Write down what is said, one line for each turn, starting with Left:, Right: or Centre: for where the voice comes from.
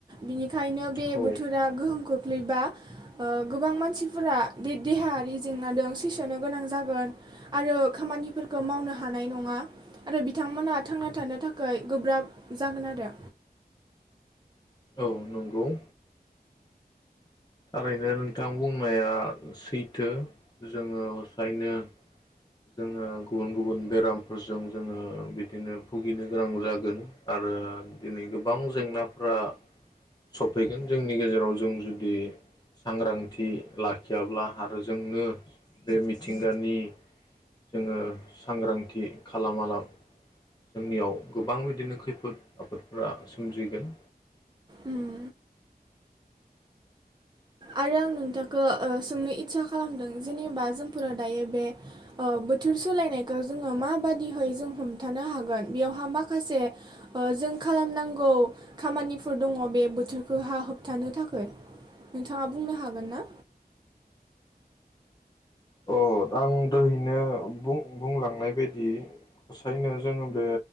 Right: बिनिखायनो बे
Left: औ
Right: बोथोरा गोह गोम खोख्लैबा ओ गोबां मानसिफोरा दे-देहायारि जेंनादों सैसोनो गोनां जागोन आरो खामानिफोरखौ मावनो हानाय नङा आरो बिथांमोना थांना थानो थाखै गोब्राब जागोन आरो।
Left: औ नंगौ ‌। थारैनो नोंथां बुंनाया सैथो जोङोसायनो जोङो गुबुन गुबुन बेरामफोरजों जोङो ओ बिदिनो भुगिनो गोनां जागोन आरो दिनै गोबां जेंनाफ्रा सफैगोन जोंनि गेजेराव जों जुदि सांग्रांथि लाखियाब्ला आरो जोंनो बे मिथिंगानि जोङो सांग्रांथि खालामालाब जोंनियाव गोबां बिदिनो खैफोद आफोदफोरा सोमजिगोन।
Right: उम। आरो आं नोंथांखौ ओ सोंनो इस्सा खालामदों जेनेबा जोंफोरा दायो बे ओ बोथोर सोलायनायखौ जोङो माबादिहै जों हमथानो हागोन बेयावहा माखासे ओ जों खालामनांगौ खामानिफोर दङ बे बोथोरखोहा होबथानो थाखै‌। नोंथाङा बुंनो हागोन ना?
Left: अ आं दोहैनो बुं-बुंलांनाय बायदि हसायनो जों बे